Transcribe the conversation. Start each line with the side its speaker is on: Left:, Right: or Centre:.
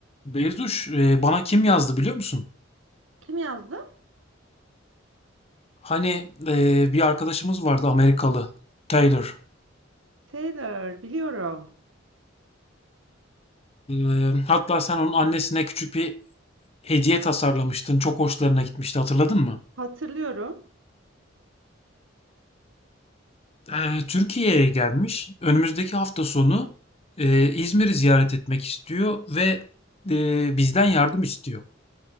Left: Beyzuş, e, bana kim yazdı biliyor musun?
Right: Kim yazdı?
Left: Hani e, bir arkadaşımız vardı Amerikalı, Taylor.
Right: Taylor, biliyorum.
Left: E, hatta sen onun annesine küçük bir hediye tasarlamıştın. Çok hoşlarına gitmişti, hatırladın mı?
Right: Hatırlıyorum.
Left: E, Türkiye'ye gelmiş. Önümüzdeki hafta sonu e, İzmir'i ziyaret etmek istiyor ve e, bizden yardım istiyor.